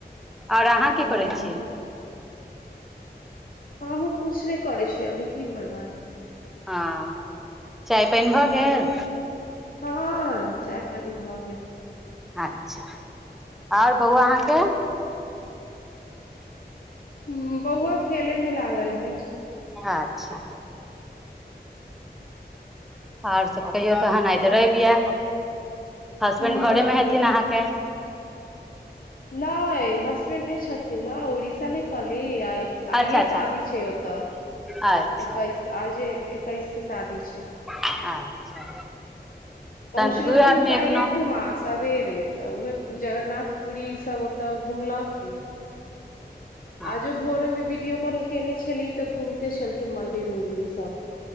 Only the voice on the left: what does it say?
ओ
हमहु कुछ नहि करै छियै अभी की करबै
हँ चाय पानि भऽ गेल
हूँ बौआ खेले मे लागल हइ
हूँ
नइ हसबेंड नइ छथिन न ओड़शा नइ कहली आइ आइे
शादी छै ओतअ
एकैस आजे एकैस क शादी छै
पहुंचलखिन
काइले
खूमा सबेरे तऽ उहे जगरनाथ पुरी इसभ ओतय घुमलखिन
आजो भोर मे वीडियो कॉल केयने छलीये तऽ घुमते छलखिन मंदिर उंदिर सब